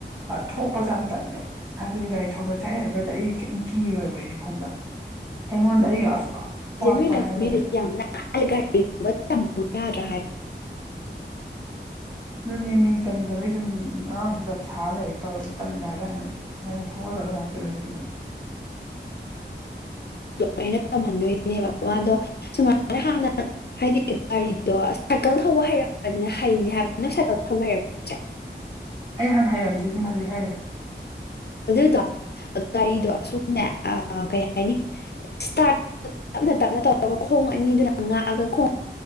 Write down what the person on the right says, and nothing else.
ꯊꯣꯛꯄꯁꯦ ꯌꯥꯝ ꯇꯜꯂꯦꯕ ꯍꯥꯏꯕꯗꯤ ꯒꯥꯔꯤ ꯊꯄꯁꯦ ꯍꯩꯔꯒꯗꯤ ꯑꯩ ꯀꯔꯤꯝ ꯀꯤꯔꯣꯏꯕ ꯑꯩꯗꯤ ꯈꯪꯕ꯭ꯔꯥ ꯑꯩꯉꯣꯟꯗ ꯑꯩꯒꯤ <unintelligible>
ꯍꯥꯏꯔꯒꯗꯤ
ꯑꯗꯨꯅꯦꯃꯤ ꯇꯝꯗꯕꯒꯤ ꯁꯨꯝ ꯑꯉꯥꯡꯁꯨ ꯆꯞ ꯁꯥꯔ ꯂꯩ ꯇꯧꯋꯦ ꯇꯜꯂꯦ ꯍꯥꯏ ꯀꯥꯟꯗ ꯅꯪ ꯊꯕꯛ ꯀꯇ ꯑꯣꯏꯁꯤꯕ
ꯑꯩ ꯍꯥꯟꯅ ꯍꯥꯏꯔꯝꯗꯤ ꯑꯗꯨꯝ ꯍꯧꯖꯤꯛ ꯍꯥꯏꯔꯦ